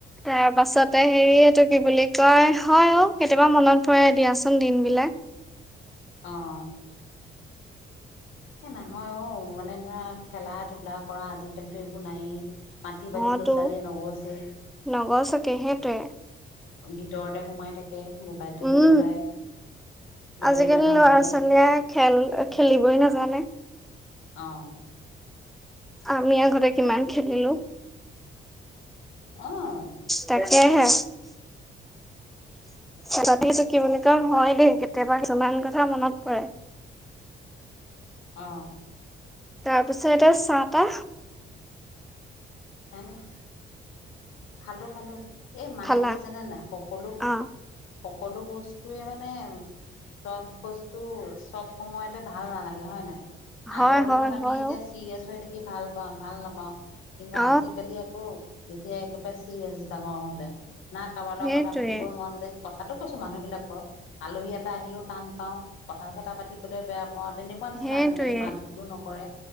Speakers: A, in the centre; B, on the left.
A: তাৰ পাছতে হেৰি এইটো কি বুলি কয় হয় অহ ', কেতিয়াবা মনত পৰে দিয়াচোন দিন বিলাক।
B: অহ', এহ নহয় অহ ', মানে। ধৰা খেলা ধূলা কৰা আজিকালিটো এইবোৰ নায়েই। মাটি বালি
A: অ
B: ল'ৰা
A: তো
B: ছোৱালীয়ে নগছে।
A: নগছকে সেইটোৱে
B: ভিতৰতে সোমাই থাকে। মোবাইলটো লৈ
A: উম',
B: পেলাই বাহিৰলৈ
A: আজিকালি
B: নাযায়েই
A: লৰা ছোৱালীয়ে খেল খেলিবই নাজানে।
B: অহ',
A: আমি আগতে কিমান খেলিলো।
B: অ অ
A: তাকে। এই হে। খেলতি চকি বুলি কওঁ হয় দেই কেতিয়াবা কিছুমান কথা মনত পৰে।
B: অহ',
A: তাৰপিছত এতিয়া চাহ। এটা
B: এহ', খালো খালো এই মানে
A: খালা
B: কি জানে নাই সকলোবোৰ।
A: অ
B: সকলো বস্তুৱে মানে চব বস্তু চব সময়তে ভাল নালাগে হয় নে।
A: হয়
B: আগৰ দিনত
A: হয়
B: আমি
A: হয়
B: এতিয়া
A: অ
B: চিৰিয়েছ হৈ থাকি কি ভাল পাওঁ ভাল নাপাওঁ। কিন্তু
A: অ
B: আজিকালি আকৌ এতিয়া একেবাৰে চি এছ ডাঙৰ হ'লে। না কাবাৰ লগত
A: সেইটোৱে
B: কথা পাতিব মন যায়। কথাটো কৈছো মানুহ বিলাকৰ আলহী এটা আহিলেও টান পাওঁ কথা চথা পাতিবলৈ বেয়া অ', তেনেকুৱা নিচিনা
A: সেইটোৱে
B: আজিকালি মাত বোল নকৰে